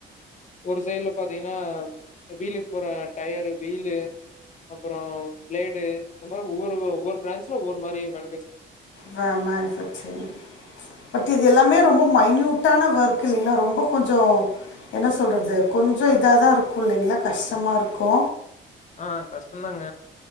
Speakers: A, on the left (about 40°); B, on the left (about 70°).
A: ஒரு சைடுல பாத்தீங்னா வீலுக் போற டயரு வீலு அப்பறோ பிளேடு இந்த மார ஒவ்வொரு வ ஒவ்வொரு பிரான்ச்ல ஒவ்வொரு மாரி வெல பேசி
B: வாமா <unintelligible> பட் இது எல்லாமே ரொம்ப மைன்யூட்டான வர்க் இல்லிங்ளா ரொம்ப கொஞ்சோ என்ன சொல்றது கொஞ்சோ இ இதாதா இருக்கு இல்லிங்ளா கஷ்டமா இருக் கோ
A: ஆஹ் கஷ்டந்தாங்க